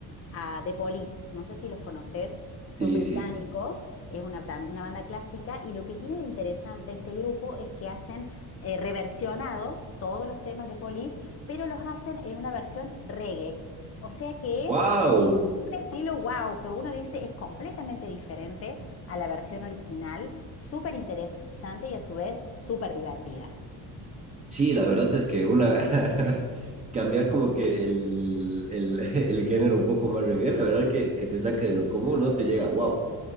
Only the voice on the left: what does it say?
a The Police. No sé si los conoces, son
británicos,
es una, tam- una banda clásica y lo que tiene de interesante este grupo es que hacen eh, reversionados todos los temas de Police, pero los hacen en una versión reggae. O sea que
es eh, un estilo wow, que uno dice es completamente diferente a la versión original, súper interesante y a su vez súper divertida.